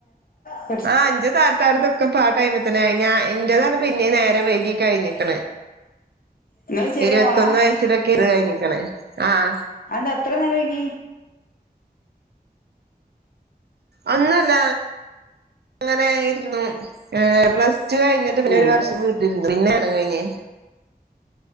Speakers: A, on the left (about 60°); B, on the right (about 80°).
A: ട്ട് പിന്നെ <unintelligible>
B: ആഹ ന്റെ താത്താറതൊക്ക ഇപ്പ ആ ടൈംതന്നെ അയി ഞാൻ എൻറതാണ് പിന്നെയ നേരെ വൈകി കഴിഞ്ഞിക്കണ്
A: ഇങ്ങള് ചെറിയ
B: ഇരുപത്തൊന്ന്
A: മോളാ
B: വയസിലൊക്കെ ഇത് കഴിഞ്ഞിക്കണ് ആഹ്
A: അത് അത്ര നേരംവയ്ഗി
B: ഒന്നുല്ല അങ്ങനെയിരുന്നു പ്ലസ് ടു കഴിഞ്ഞി പിന്നെ
A: ഏഹ്
B: ഒരു വർഷം വീട്ടിലിരുന്നു പിന്നെയാന്ന് കഴിഞ്ഞെ